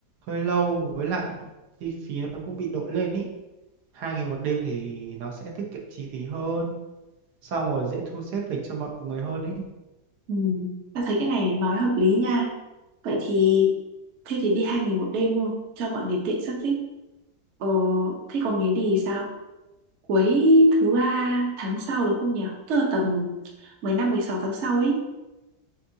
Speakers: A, on the right; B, on the right.
A: hơi lâu với lại chi phí nó cũng bị đội lên ý. Hai ngày một đêm thì nó sẽ tiết kiệm chi phí hơn. Xong rồi dễ thu xếp lịch cho mọi người hơn ý.
B: Ừ. Ta thấy cái này nói hợp lý nha. Vậy thì thế thì đi hai ngày một đêm luôn cho mọi người tiện sắp xếp. Ờ, thế còn ngày đi thì sao? Cuối thứ ba tháng sau được không nhỉ? Tức là tầm mười lăm mười sáu tháng sau ấy.